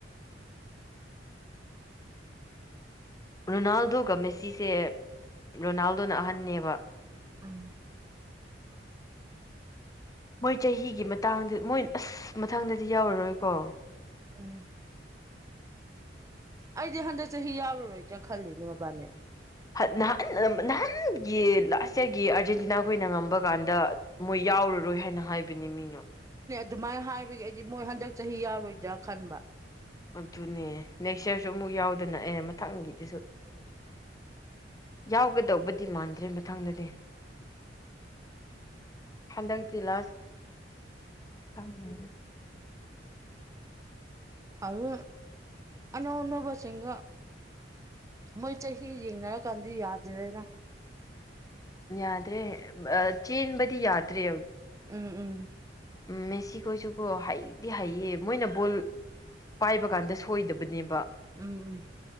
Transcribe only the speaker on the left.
ꯔꯣꯅꯥꯜꯗꯣꯒ ꯃꯦꯁꯤꯁꯦ ꯔꯣꯅꯥꯜꯗꯣꯅ ꯑꯍꯟꯅꯦꯕ
ꯃꯣꯏ ꯆꯍꯤꯒꯤ ꯃꯇꯥꯡꯗ ꯃꯣꯏ ꯑꯁ ꯃꯊꯪꯗꯗꯤ ꯌꯥꯎꯔꯔꯣꯏꯀꯣ
ꯍꯟ ꯅꯍꯥꯟ ꯅꯍꯥꯟꯒꯤ ꯂꯥꯁ ꯏꯌꯥꯔꯒꯤ ꯑꯥꯔꯖꯦꯟꯇꯤꯅꯥ ꯈꯣꯏꯅ ꯉꯝꯕ ꯀꯥꯟꯗ ꯃꯣꯏ ꯌꯥꯎ ꯍꯧꯔꯔꯣꯏ ꯍꯥꯏꯅ ꯍꯥꯏꯕꯅꯤ ꯃꯤꯅꯥ
ꯑꯗꯨꯅꯦ ꯅꯦꯛꯁ ꯌꯥꯔꯁꯨ ꯑꯃꯨꯛ ꯌꯥꯎꯗꯅ ꯑꯦ ꯃꯊꯪꯒꯤꯗꯁꯨ ꯌꯥꯎꯒꯗꯧꯕꯗꯤ ꯃꯥꯟꯗ꯭ꯔꯦ ꯃꯊꯪꯗꯗꯤ ꯍꯟꯗꯛꯇꯤ ꯂꯥꯁ ꯈꯪꯗꯦꯗ
ꯌꯥꯗ꯭ꯔꯦ ꯆꯦꯟꯕꯗꯤ ꯌꯥꯗ꯭ꯔꯦ
ꯎꯝ ꯃꯦꯁꯤ ꯈꯣꯏꯁꯨ ꯀꯣ ꯍꯩꯗꯤ ꯍꯩꯌꯦ ꯃꯣꯏꯅ ꯕꯣꯜ ꯄꯥꯏꯕ ꯀꯥꯟꯗ ꯁꯣꯏꯗꯕꯅꯦꯕ